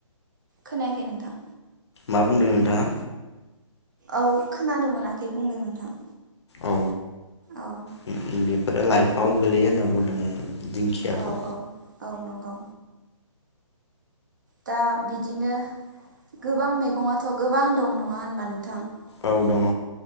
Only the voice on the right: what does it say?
खोनायाखै नोंथां
औ खोनानो मोनाखै बुंदों नोंथां।
औ
औ औ औ नंगौ। दा बिदिनो गोबां मैगङाथ' गोबां दं नङा होनबा नोंथां।